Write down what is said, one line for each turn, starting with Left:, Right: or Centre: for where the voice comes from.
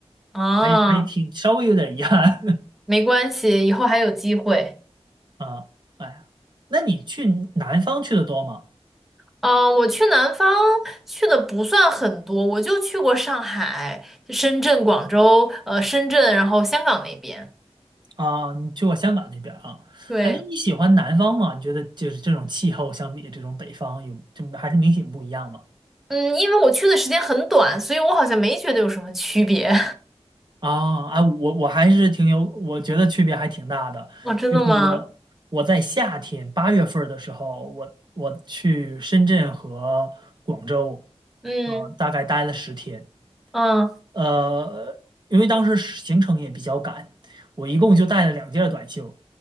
Centre: 啊，
Right: 还还挺稍微有点遗憾
Centre: 没关系，以后还有机会。
Right: <laughs> 啊。哎呀，那你去南方去的多吗？
Centre: 嗯，我去南方去的不算很多，我就去过上海、深圳、广州，呃，深圳，然后香港那边。
Right: 啊，你去过香港那边啊？
Centre: 对，
Right: 哎，那你喜欢南方吗？你觉得就是这种气候相比这种北方有，就还是明显不一样吗？
Centre: 嗯，因为我去的时间很短，所以我好像没觉得有什么区别。
Right: 啊，啊，我我还是挺有，我觉得区别还挺大的。
Centre: <laughs> 哦，真的吗？
Right: 就是我我在夏天八月份儿的时候，我我去深圳和广州，
Centre: 嗯
Right: 呃，大概待了十天。
Centre: 嗯
Right: 呃，因为当时行程也比较赶，我一共就带了两件儿短袖，